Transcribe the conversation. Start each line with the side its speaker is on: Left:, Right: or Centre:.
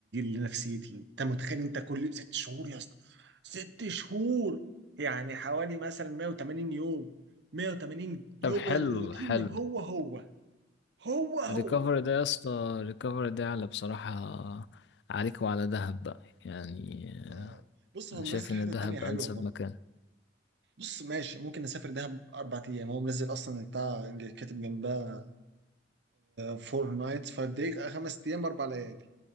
Right: لنفسيتي انت متخيل انت كل ست شهور يا اسطى ست شهور يعني حوالي مثلا 180 يوم 180
Left: طب
Right: يوم
Left: حلو
Right: الروتين
Left: حلو
Right: هو هو هو هو
Left: الريكفري ده يا اسطى الريكفري ده على بصراحة عليك وعلى دهب بقى يعني
Right: اه بص هو
Left: أنا
Right: منزل
Left: شايف إن
Right: حتة
Left: دهب
Right: تانية حلوة
Left: أنسب
Right: برضه
Left: مكان
Right: بص ماشي ممكن نسافر دهب أربع أيام هو منزل أصلا بتاع كاتب جنبها فور نايتس فايف دايز خمس أيام أربع ليالي